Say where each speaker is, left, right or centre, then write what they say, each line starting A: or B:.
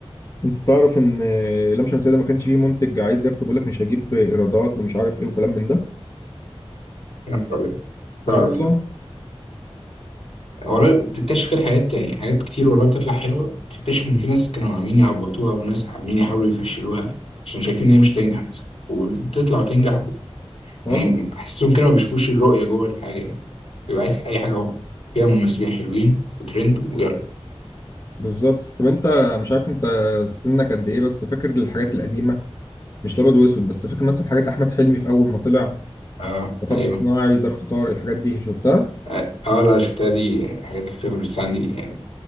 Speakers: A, on the left; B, on the left.
A: انت تعرف ان لام شمسية ده ما كانش فيه منتج عايز ياخده بيقول لك مش هجيب ايرادات ومش عارف ايه وكلام من ده
B: يا نهار أبيض تعرف
A: اه والله
B: لا والله بتكتشف كده حاجات يعني حاجات كتير والله بتطلع حلوة وتكتشف إن في ناس كانوا عاملين يعبطوها وناس عاملين يحاولوا يفشلوها عشان شايفين إن هي مش هتنجح مثلا وبتطلع وتنجح
A: اه
B: يعني أحسهم كده ما بيشوفوش الرؤية جوه الحاجة يعني بيبقى عايز أي حاجة هو فيها ممثلين حلوين وترند ويلا
A: بالظبط طب انت مش عارف انت سنك قد ايه بس فاكر الحاجات القديمه مش الابيض واسود بس فاكر مثلا حاجات احمد حلمي في اول ما طلع
B: أه
A: مطب
B: أيوه
A: صناعي ظرف طارق الحاجات دي شفتها
B: أه آه، لا شفتها دي يعني حاجات الفيفوريتس عندي يعني